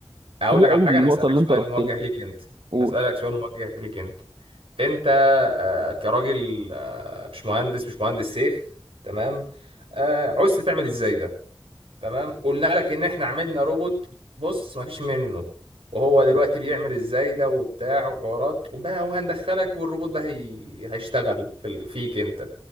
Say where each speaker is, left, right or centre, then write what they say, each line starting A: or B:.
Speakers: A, on the right; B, on the right.
A: اقول
B: حلو
A: لك على
B: قوي
A: حاجه انا
B: النقطة
A: هسالك
B: اللي
A: سؤال
B: أنت رحت
A: موجه
B: لها
A: ليك انت
B: قول
A: هسالك سؤال موجه ليك انت انت آه، كراجل آه، مش مهندس مش مهندس سيف تمام آه، عوزت تعمل ازاي ده تمام قلنا لك ان احنا عملنا روبوت بص مفيش منه وهو دلوقتي بيعمل ازاي ده وبتاع وحوارات وبقى وهندخلك والروبوت ده هي... هيشتغل في... ال- فيك انت